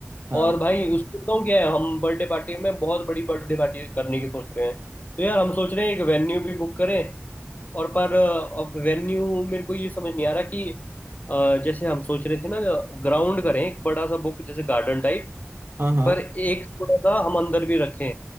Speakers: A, on the right; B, on the left.
A: हाँ
B: और भाई उसमें बताऊँ क्या है हम बर्थडे पार्टी में बहुत बड़ी बर्थडे पार्टी करने की सोच रहे हैं तो यार हम सोच रहे हैं एक वेन्यू भी बुक करें और पर अ, अब वेन्यू मेरे को ये समझ नहीं आ रहा कि अ, जैसे हम सोच रहे थे ना ग्राउंड करें एक बड़ा सा बुक जैसे गार्डन टाइप
A: हाँ हाँ
B: पर एक थोड़ा सा हम अंदर भी रखें